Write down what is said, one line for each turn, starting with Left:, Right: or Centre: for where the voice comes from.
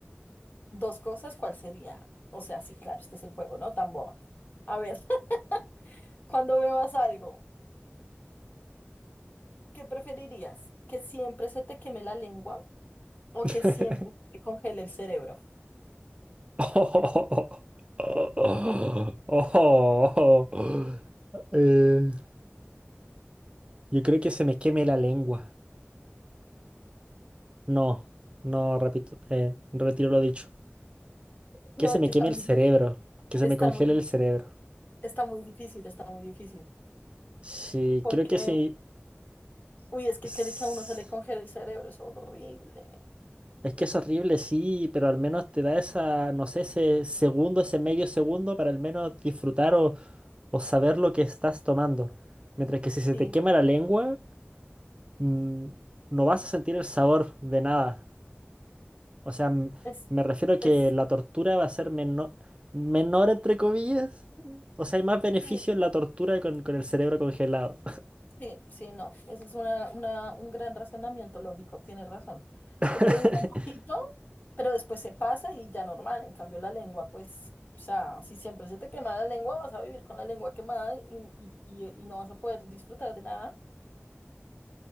Left: Dos cosas, ¿cuál sería? O sea, sí, claro, este es el juego, ¿no? Tan boba. A ver, <laughs> cuando bebas algo, ¿qué preferirías? ¿Que siempre se te queme la lengua o
Right: <laughs>
Left: que siempre te congele el cerebro?
Right: Oh, oh, oh, oh. Eh, yo creo que se me queme la lengua. No, no, repito, eh, retiro lo dicho.
Left: No,
Right: Que se
Left: es
Right: me
Left: que
Right: queme
Left: está muy,
Right: el cerebro,
Left: di-
Right: que se
Left: está
Right: me congele
Left: muy, di-
Right: el cerebro.
Left: está muy difícil, está muy difícil.
Right: Sí,
Left: Porque,
Right: creo que sí.
Left: uy, es que
Right: s-
Left: quiere que a uno se le congele el cerebro, es horrible.
Right: Es que es horrible, sí, pero al menos te da esa, no sé, ese segundo, ese medio segundo para al menos disfrutar o, o saber lo que estás tomando. Mientras que si se
Left: Sí,
Right: te quema la lengua, mm, no vas a sentir el sabor de nada. O sea, m-
Left: es,
Right: me refiero a
Left: es,
Right: que la tortura va a ser menor, menor entre comillas. O sea, hay más beneficio
Left: sí,
Right: en la tortura con, con el cerebro congelado.
Left: Sí, sí, no. Ese es una, una- un gran razonamiento lógico, tienes razón.
Right: <laughs>
Left: Porque dura un poquito, pero después se pasa y ya normal. En cambio, la lengua, pues, o sea, si siempre se te quema la lengua, vas a vivir con la lengua quemada y, y, y- y no vas a poder disfrutar de nada.